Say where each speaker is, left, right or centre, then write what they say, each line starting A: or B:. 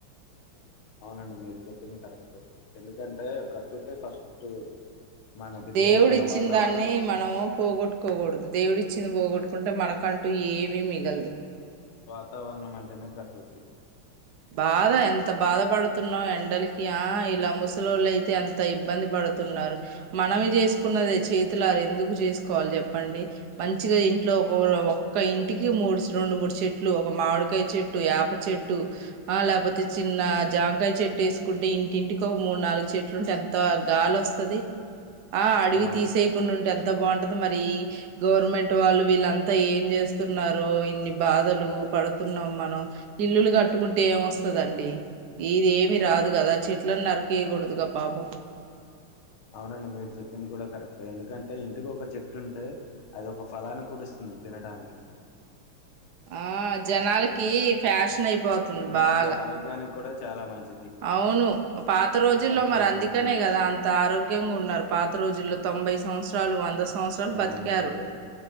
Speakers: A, on the left; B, on the right.
A: అవునండి మీరు చెప్పింది కరెక్ట్. ఎందుకంటే ప్రస్తుతే ఫస్ట్ మనకి
B: దేవుడు
A: దేనికైనా
B: ఇచ్చిన్
A: వాతావరణం
B: దాన్ని మనము పోగొట్టుకోగూడదు. దేవుడు ఇచ్చింది పోగొట్ అనుకుంటే మనకంటూ ఏమిీ మిగల్దు
A: వాతావరణం అంటేనే ప్రకృతి.
B: బాధ ఎంత బాధ పడు తున్నాం ఎండలకి ఆ ఇలా ముసలోళ్ళు అయితే అంత ఇబ్బంది పడుతున్నారు మనమే చేసుకున్నదే చేతులార ఎందుకు జేసుకోవాలి చెప్పండి. మంచిగా ఇంట్లో ఒక ఒక్క ఇంటికి మూడు, రెండు, మూడు చెట్లు ఒక మామిడికాయ చెట్టు ఏప చెట్టు ఆ లేకపోతే చిన్న జామకాయ చెట్టు వేసుకుంటే ఇంటింటికి ఒక మూడు నాలుగు చెట్లుంటే ఎంత గాలస్తది ఆ అడవి
A: అవును
B: తీసేయకుండా ఉంటే ఎంత ఎంత బాగుంటది మరి గవర్నమెంట్ వాళ్ళు వీళ్ళంతా ఏం చేస్తున్నారు ఇన్ని బాధలు పడుతున్నాం మనం ఇల్లులు కట్టుకుంట ఇంటే ఏమొస్తదండి ఇది ఏమి రాదు కదా చెట్లను నరికేయకూడదుగా పాపం
A: అవునండి మీరు చెప్పింది కూడా కరెక్ట్ ఎందుకంటే ఇంటికి ఒక చెట్టు ఉంటే అది ఒక ఫలాన్ని కూడ ఇస్తుంది తినడాానికి
B: ఆ జనాలకి ఫ్యాషన్ అయిపోతుంది
A: మనకి
B: బాగా
A: ఆరోగ్యానికి కూడా చాలా మంచి
B: అవును పాత రోజుల్లో
A: తింటున్నామని
B: మరి అందుకనే కదా అంత ఆరోగ్య ఆరోగ్యాంగా ఉన్నారు. పాత రోజుల్లో తొంభై సంవత్సరాలు వంద సంవత్స సంవత్సరాలు బతికారు.
A: అవును అండి